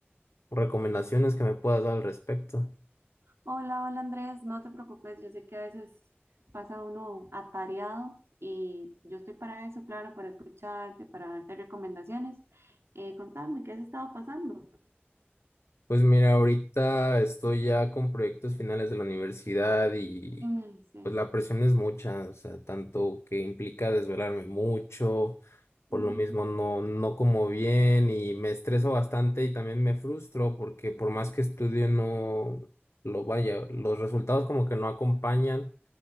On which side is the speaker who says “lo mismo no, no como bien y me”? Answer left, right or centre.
Left